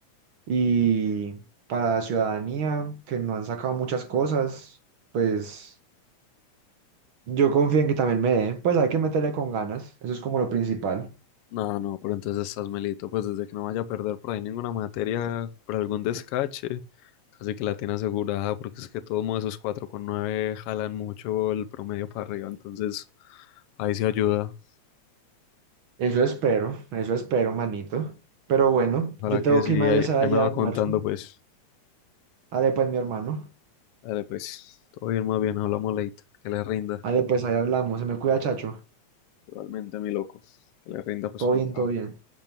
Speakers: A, on the right; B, on the left.
A: Y para Ciudadanía, que no han sacado muchas cosas, pues yo confío en que también me dé, pues hay que meterle con ganas, eso es como lo principal.
B: No, no, pero entonces estás melito, pues desde que no vaya a perder por ahí ninguna materia, por algún descache, casi que la tiene asegurada, porque es que todos modos esos cuatro con nueve jalan mucho el promedio para arriba, entonces ahí se ayuda.
A: Eso espero, eso espero, manito. Pero bueno,
B: Para
A: yo tengo
B: que sí,
A: que irme a
B: ahí,
A: hacer
B: ahí
A: allá
B: me va
A: almuerzo.
B: contando, pues.
A: Ale pues, mi hermano.
B: Dale, pues, todo bien, más bien, hablamos late. Que le rinda.
A: Ale pues, ahí hablamos. Se me cuida, chacho.
B: Igualmente, mi loco. Que le rinda, pues,
A: Todo
B: un
A: bien,
B: trabajo.
A: todo bien.